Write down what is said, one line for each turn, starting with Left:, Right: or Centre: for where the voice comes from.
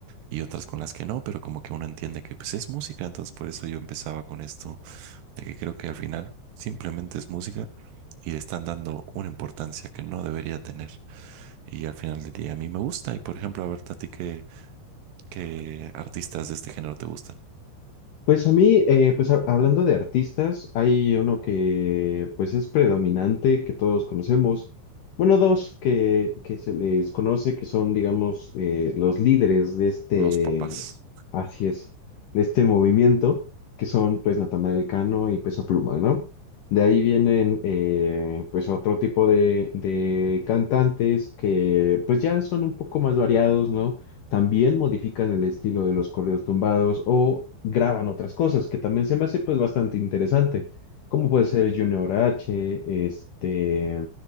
Right: y otras con las que no, pero como que uno entiende que pues es música, entonces por eso yo empezaba con esto de que creo que al final simplemente es música y le están dando una importancia que no debería tener y al final del día a mí me gusta y por ejemplo, a ver, a ti qué, qué artistas de este género te gustan?
Left: Pues a mí, eh, pues ha- hablando de artistas, hay uno que pues es predominante, que todos conocemos. Bueno, dos que, que se les conoce, que son, digamos, eh, los líderes de este,
Right: Los papás,
Left: así es, de este movimiento, que son pues Natanael Cano y Peso Pluma, ¿no? De ahí vienen eh, pues otro tipo de, de cantantes que pues ya son un poco más variados, ¿no? también modifican el estilo de los corridos tumbados o graban otras cosas, que también se me hace pues bastante interesante, como puede ser Junior H, este,